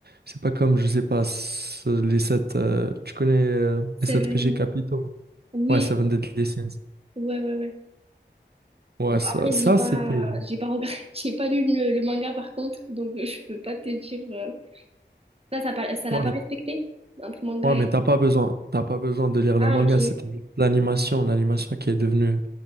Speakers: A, on the right; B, on the right.
A: c'est pas comme je sais pas ce- les sept euh, tu connais euh, les
B: C'est
A: sept
B: vrai.
A: péchés capitaux.
B: Oui,
A: Ouais, Seven Deadly Sins.
B: ouais, ouais, ouais.
A: Ouais,
B: Bon,
A: ça,
B: après,
A: ça
B: j'ai pas,
A: c'était
B: j'ai pas regret- <laughs> j'ai pas lu le, le manga par contre, donc <laughs> euh, je peux pas te dire. euh, Ça, ça, pa- ça l'a
A: non
B: pas
A: mais
B: respecté entre manga
A: ouais,
B: et.
A: mais t'as pas besoin, t'as pas besoin de lire
B: Ah,
A: le manga,
B: ok.
A: c'était juste l'animation, l'animation qui est devenue